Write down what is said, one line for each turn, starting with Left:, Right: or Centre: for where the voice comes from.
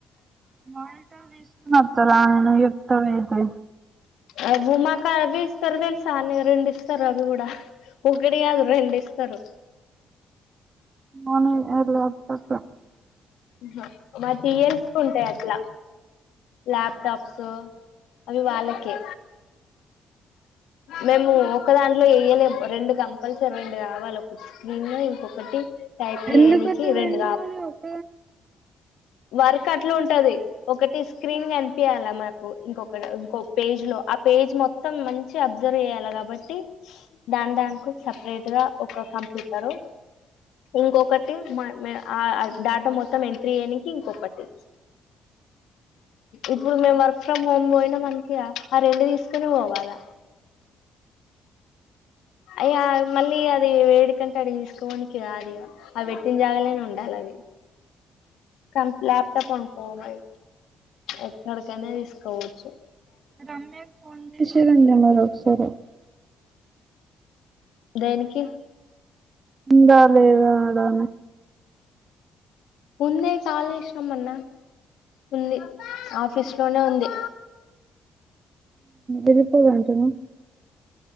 Right: మానిటర్ తీస్కొని వత్తారా నువ్వు చెప్తావ్ అయితే
Left: అ ఉమాకా అవి ఇస్తారు తెలుసా అనికి రెండు ఇస్తారు అవి గూడా ఒకటి కాదు రెండు ఇస్తారు
Right: మార్నింగే <unintelligible>
Left: ఆహా మతి యల్సుకుంటేయి అట్లా ల్యాప్టాప్స్ అవి వాళ్ళకే మేము ఒకదాని ఇట్లో వేయలే రెండు కంపల్సరీ రెండు కావాలి స్క్రీన్ ఇంకొకటి టైప్ చేయనికి
Right: ఎ పెట్ట రెం
Left: రెండు
Right: మర ఒ ఒక
Left: వరక్ అట్లా ఉంటది ఒకటి స్క్రీన్ గా కనిపియాల మకు ఇంకొక ఇంకో పేజ్ లో ఆ పేజ్ మొత్తం మంచి అబ్జర్వ్ చేయ్యాలి కాబట్టి దాని దానికి సపరేట్ గా ఒక కంప్యూటరు ఇంకొకటి మ ఎంబట ఆ డేటా మొత్తం ఎంట్రీ చేయనికి ఇంకొకటి ఇప్పుడు మేము వర్క్ ఫ్రమ్ హోమ్ పోయినా మనకి ఆ రెండు తీసుకునే పోవాలా అయ మళ్ళీ అది వేడికంటే అది తీసుకోవనికి రాదు అవి పెట్టిన జాగాలేనే ఉండాలి అవి కం లాప్టాప్ అనుకోవమ ఎక్కడకనే తీసుకోపోవచ్చు
Right: రమ్య ఫోన్ చే <unintelligible>
Left: దేనికి
Right: బా అదేదో అదన్న
Left: ముందే కాళేశం అన్నా ఉంది ఆఫీస్ చోనే ఉంది
Right: ఇదిపోగాంటనా